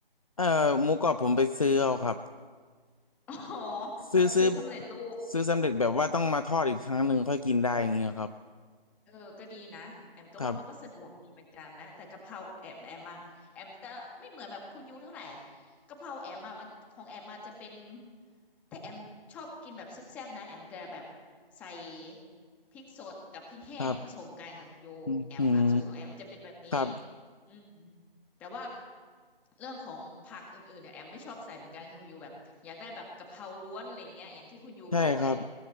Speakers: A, on the left (about 35°); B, in the centre.
A: เอ่อหมูกรอบผมไปซื้อเอาครับ
B: อ๋อ
A: ซื้อซื้อ
B: แบบซื้อสำเร็จรูป
A: ซื้อสำเร็จแบบว่าต้องมาทอดอีกครั้งหนึ่งค่อยกินได้อย่างเงี้ยครับ
B: เออก็ดีนะแอมก็ว่ามันก็สะดวกดีเหมือนกันนะแต่กะเพราแอมแอมอะแอมจะไม่เหมือนแบบคุณยูเท่าไหร่
A: ครับ
B: กะเพราแอมอะมันของแอมอะจะเป็นถ้าแอมชอบกินแบบแซ่บๆนะแอมจะแบบใส่พริกสดกับพริกแห้งผสมกันค่ะคุณยูแอมอะสูตรของแอมมันจะเป็นแบบนี้
A: ครับอืมอืมครับ
B: อืมแต่ว่าเรื่องของผักอื่นๆเนี่ยแอมไม่ชอบใส่เหมือนกันค่ะคุณยูแบบอยากได้แบบกะเพราล้วนอะไรเงี้ยอย่างที่คุณยูบอกอะแหละ
A: ใช่ครับ